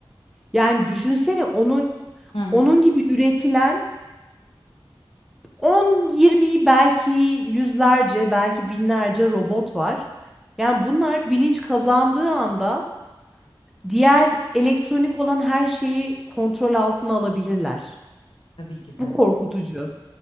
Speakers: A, in the centre; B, on the left (about 70°).
A: Yani düşünsene onun
B: Hı hı.
A: onun gibi üretilen 10, 20 belki yüzlerce, belki binlerce robot var. Yani bunlar bilinç kazandığı anda diğer elektronik olan her şeyi kontrol altına alabilirler.
B: Tabii ki de.
A: Bu korkutucu.